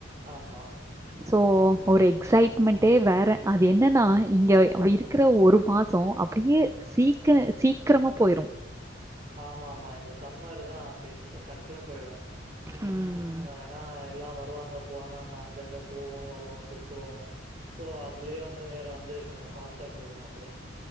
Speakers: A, on the right (about 40°); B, on the right (about 15°).
A: ஆமா
B: சோ ஒரு எக்சைட்மெண்டே வேற அது என்னன்னா இங்க இருக்குற ஒரு மாசோ அப்டியே சீக்க சீக்கிரமா போயிடும்
A: ஆமா ஆமா இந்த சம்மர் தான் பேஸ் டக்குன்னு போயிடும்
B: உம்
A: ஏன்னா எல்லாம் வருவாங்க போவாங்க நம்ம அங்கங்க போவோம் வருவோம் சுத்துவோம் சோ அதுலயே அந்த வந்து நேரம் வந்து கொஞ்சம் பாஸ்ட்டா போயிடும் அப்டி